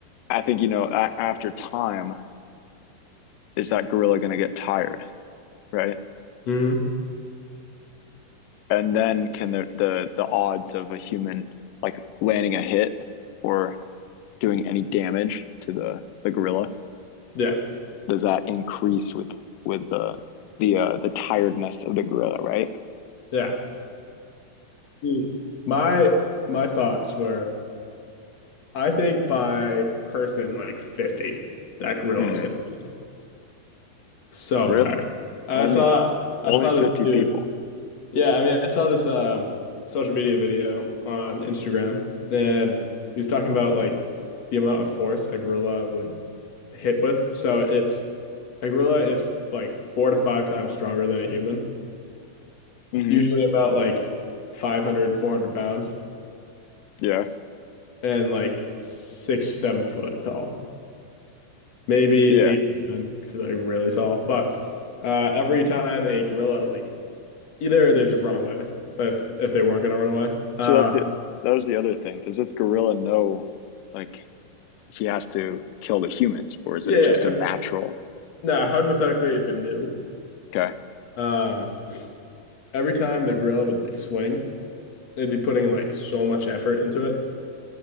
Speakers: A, on the left; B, on the left.
A: I think you know a- after time is that gorilla gonna get tired, right?
B: hmm
A: And then can the the the odds of a human like landing a hit or doing any damage to the the gorilla,
B: yeah.
A: does that increase with with the the uh, the tiredness of the gorilla, right?
B: Yeah. Mm. My my thoughts were I think by person like 50, that gorilla's
A: hmm
B: gonna be so
A: Really?
B: tired. I
A: Only
B: saw I
A: only
B: saw
A: 50
B: this dude.
A: people.
B: Yeah, I mean I saw this um social media video on Instagram and he was talking about like the amount of force a gorilla would hit with. So it's a gorilla is f- like four to five times stronger than a human,
A: hmm
B: usually about like 500, four hundred pounds
A: Yeah.
B: and like six, seven foot tall. maybe
A: Yeah.
B: eight or nine if they're like really tall. But uh, every time a gorilla, like either they just run away, but if, if they weren't gonna run away, uh,
A: So that's the that was the other thing. Does this gorilla know like he has to kill the humans or is
B: yeah,
A: it
B: yeah.
A: just a
B: If,
A: natural?
B: nah, hypothetically, if it knew,
A: Okay.
B: um, every time the gorilla would like swing, they'd be putting like so much effort into it